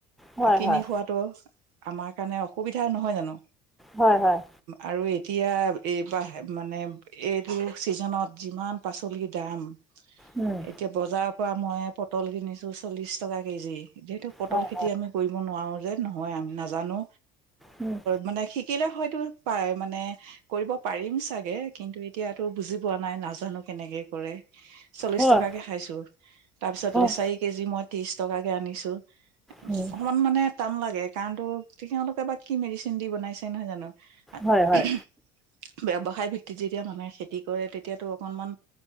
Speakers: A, in the centre; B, on the right.
A: হয়
B: কিনি
A: হয়
B: খোৱাতটো আমাৰ কাৰণে অসুবিধা নহয় জানো?
A: হয় হয়
B: আৰু এতিয়া এইবাৰহে মানে এইটো চিজনত যিমান পাচলিৰ দাম
A: উম।
B: এতিয়া বজাৰৰ পৰা মই পটল কিনিছোঁ চল্লিছ টকা কেজি, যিহেতু পটল
A: হয়
B: খেতি আমি কৰিব নোৱাৰো যে নহয় আমি নাজানো
A: উম
B: মানে কিলে হয়তো প মানে কৰিব পাৰিম চাগে, কিন্তু এতিয়াতো বুজি পোৱা নাই নাজানো কেনেকে কৰে, চল্লিশ
A: হয়
B: টকাকে খাইছো, তাৰপিছত
A: হয়
B: লেচাৰি কেজি মই ত্ৰিশ টকাকে আনিছো, অকমান
A: উম
B: মানে টান লাগে কাৰণ তো তেওঁলোকে বা কি মেডিচিন দি বনাইছে নহয় জানো।
A: হয় হয়
B: ব্যৱসায় ভিত্তিত যেতিয়া মানুহে খেতি কৰে তেতিয়াটো অকনমান